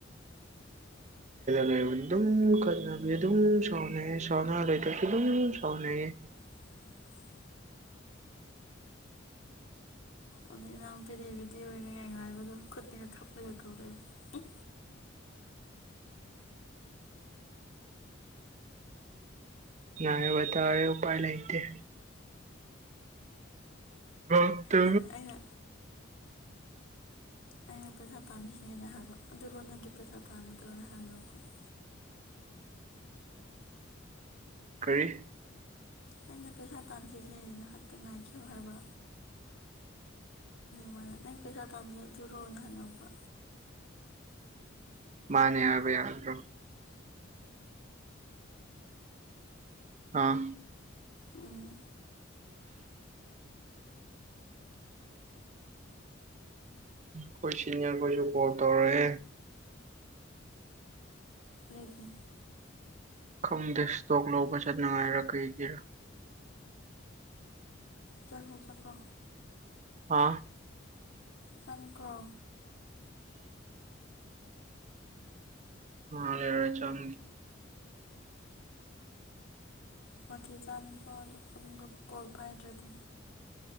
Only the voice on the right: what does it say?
ꯂꯩ ꯑꯗꯨꯝ ꯈꯠꯅꯕꯤ ꯑꯗꯨꯝ ꯁꯥꯎꯅ ꯁꯥꯎꯅ ꯂꯩꯁꯨ ꯑꯗꯨꯝ ꯁꯥꯎꯅꯌꯦ <inaudible>
ꯅꯅꯥꯑꯕꯔꯦ ꯎꯥꯏ ꯂꯩꯇ ꯍꯠꯇ
ꯀꯔꯤ
ꯃꯥꯅꯦ ꯍꯥꯏꯔꯕ ꯌꯥꯗ꯭ꯔꯣ ꯑꯥ
ꯀꯣꯏ ꯆꯅꯤꯔ ꯀꯁꯨꯄꯣ ꯇꯧꯔꯦ
ꯈꯪꯗꯦ ꯏꯁꯇꯣꯛ ꯂꯧꯕ ꯆꯠꯅꯉꯥꯏꯔ ꯀꯩꯒꯤꯔꯥ
ꯍꯥꯥ
ꯑ ꯂꯩꯔꯔ ꯆꯝꯦ